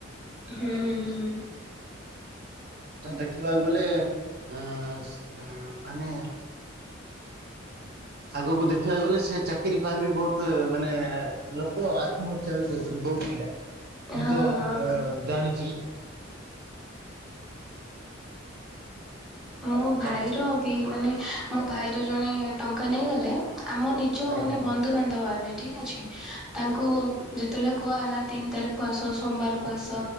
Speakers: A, in the centre; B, on the right.
A: ହୁଁ ହୁଁ ହୁଁ।
B: ତ ଦେଖିବାକୁ ଗଲେ, ଅଁ ଅଁ ମାନେ ଆଗକୁ ଦେଖିବାକୁ ଗଲେ, ସେ ଚାକିରି ପାଇଁ ବି ବହୁତ, ମାନେ ଲୋକ <unintelligible> କରୁଚନ୍ତି ବହୁତ ପିଲା,
A: ହଁ
B: ମୁଁ
A: ହଁ
B: ତ ଅ
A: ହଁ।
B: ଜାଣିଚି।
A: ମୋ ଭାଇର
B: ଚାକ୍
A: ବି, ମାନେ ମୋ ଭାଇର ଜଣେ ଟଙ୍କା ନେଇଗଲେ, ଆମ ନି ଯୋଉ
B: ଆଜ୍ଞା
A: ମାନେ
B: ଆଜ୍ଞା।
A: ବନ୍ଧୁବାନ୍ଧବ ହେବେ ଠିକ ଅଛି, ତାଙ୍କୁ ଯେତେବେଳେ କୁହା ହେଲା, ତିନି ତାରିଖକୁୁ ଆସ, ସୋମବାର କୁ ଆସ,